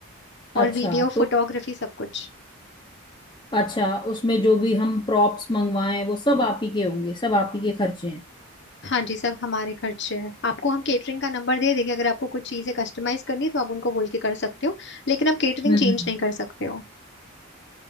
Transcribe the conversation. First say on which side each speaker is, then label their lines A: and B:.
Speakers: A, on the left; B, on the left.
A: अच्छा
B: और वीडियो
A: तो
B: फोटोग्राफी सब कुछ
A: अच्छा उसमें जो भी हम प्रॉप्स मंगवाएं वो सब आप ही के होंगे सब आप ही के खर्चे हैं
B: हाँ जी सब हमारे खर्चे हैं आपको हम केटरिंग का नंबर दे देंगे अगर आपको कुछ चीजें कस्टमाइज करनी है तो आप उनको बोल के कर सकते हो लेकिन आप केटरिंग
A: हम्म
B: चेंज नहीं कर सकते हो